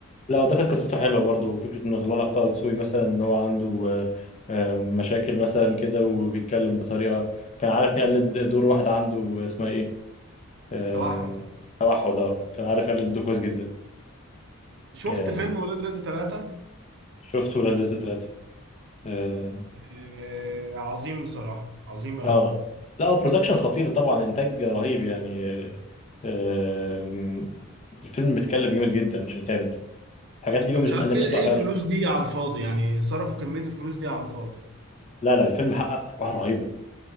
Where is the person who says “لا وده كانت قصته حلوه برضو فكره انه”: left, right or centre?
Left